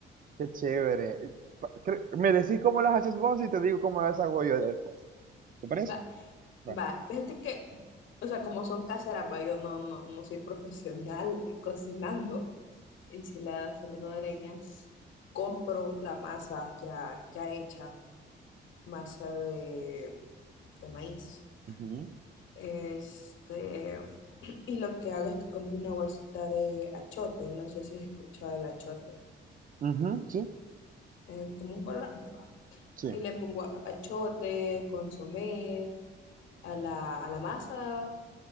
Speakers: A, on the right; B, on the left.
A: Qué chévere. Pa- cre- Me decís cómo las haces vos y te digo cómo las hago yo después. ¿Te parece?
B: <laughs> Va, va.
A: Va.
B: Fíjate que, o sea, como son caseras, va, yo no, no, no soy profesional cocinando enchiladas salvadoreñas. Compro la masa ya, ya hecha, masa de, de maíz.
A: Ujú.
B: Este. Y lo que hago es que compro una bolsita de achote, no sé si has escuchado el achote,
A: Ujú, Sí,
B: es como un colorante, va.
A: sí.
B: Y le pongo a- achote, consomé, a la, a la masa,